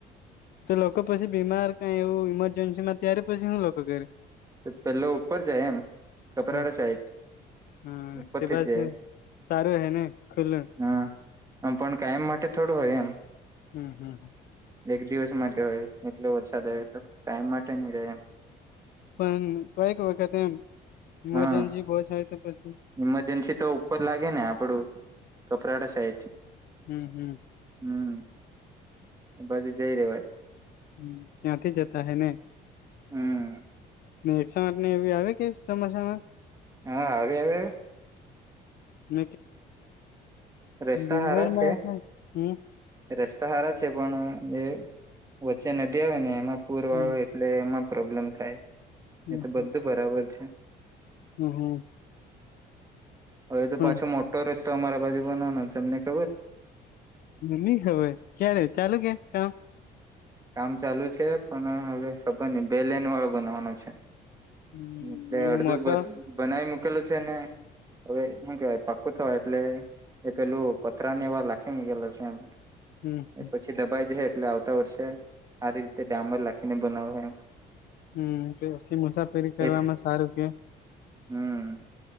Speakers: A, on the left; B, on the right.
A: ત લોકો પછી બીમાર કઈ એવું ઈમરજન્સી માં ત્યારે પછી હું લોકો કરે?
B: પેલો ઉપર જાય એમ કપરાડા
A: હમ
B: સાયજ
A: હમ
B: ઉપથી
A: તે બાદ
B: જ જાય.
A: સારું હે ને ખુલ્લું
B: હા આમ પણ કાયમ માટે થોડું હોય એમ.
A: હમ હમ
B: એક દિવસ માટે હોય એટલો વરસાદ આવે તો, ટાઈમ માટે નહી રહે એમ.
A: પણ કઈક વખત એમ ઇમરજન્સી
B: હા
A: બહ છેાય તો પછી
B: ઈમરજન્સી તો ઉપર લાગે ને આપડું કપરાડા સાઈડ
A: હમ હમ
B: હમ એ બાજુ જઈ રેવાય
A: હ ત્યાંથી જતા હૈ ને
B: હમ
A: એકસો આઠ ને એવી આવે કે ચોમાસામાં
B: હા આવે હ
A: હ
B: રસ્તા
A: કેમરમાં
B: હારા છે
A: હમ
B: રસ્તા સારા છે પણ જે વચ્ચે નદી આવે ને એમાં પૂર
A: હમ
B: વાળો એટલે એમાં પ્રોબ્લેમ થાય
A: હમ
B: એ તો બધું બરાબર છે
A: હમ હમ
B: હવે તો
A: પણ
B: પાછો મોટો રસ્તો અમારા બાજુ બનોનો તમને ખબર
A: નહી ખબર ક્યારે ચાલુ કે કામ
B: કામ ચાલુ છે પણ હવે ખબર નઈ બે લેન વાળો બનવાનો છે.
A: હમ
B: એટલે
A: એવો
B: અડધું
A: મોટો
B: બનાવી મૂકેલું છે ને હવે શું કેવાય પાકોું થવાય એટલે એ પેલું પત્રરાને એવા લખી મૂકેલા છે એમ
A: હમ હ
B: એ પછી દબાઈ જ એટલે આવતા વર્ષે આ રીતે ડામર લખીને બનાવે
A: હમ પછી મુસાફરી કરવામાં
B: એ
A: સારું કે
B: હમ